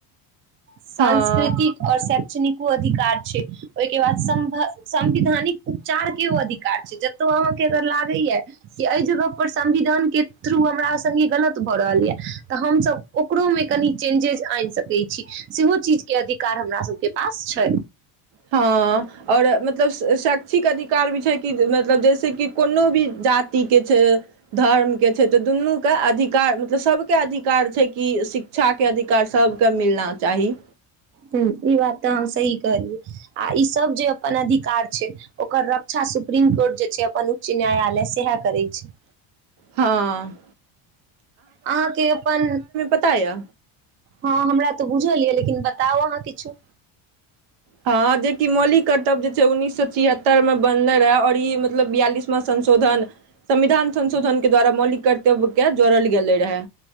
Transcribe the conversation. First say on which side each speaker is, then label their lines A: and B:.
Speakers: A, on the right; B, on the right.
A: सांस्कृतिक
B: हँ
A: और शै क्षणिको अधिकार छै, ओय के बाद सम भ संविधानिक उपचारके ओ अधिकार छै, जतौ अहाँके अगर लागै या कि ए जगह पर संविधानके थ्रू हमरा संगे गलत भऽ रहल या। तऽ हम सब ओकरो मे कनि चेंजेज ऐन सकै छी सेहो चीजके अधिकार हमरा सबके पास छै।
B: हां और मतलब शैक्षिक अधिकार भी छै कि मतलब जैसे ती की कोनो भी जाति के छै, धर्म के छै तऽ दुनू के अधि कार मतलब सबके अधिकार छै। कि शिक्षाके अधिकार सबके मिलना चाही।
A: हुं ई बात तऽ अहाँ सही कहलियै आ इ सब जे अपन अधिकार छै, ओकर रक्षा सुप्रीम कोर्ट जे छै अपन उच्च न्यायालय सेहाए करै छै।
B: हाँ।
A: अहाँके अपन
B: पता यए
A: हां हमरा तऽ बुझल या लेकिन ब ताउ अहाँ किछु।
B: हाँ जे कि मौलिक कर्तव्य जे छै उन्नीस सौ छिहत्तर मे बनले रहै और ई मतलब बियालिसमा संशोधन संविधान संशोधन के द्वारा मौलिक कर्तव्य के जोड़ल गेले रहै।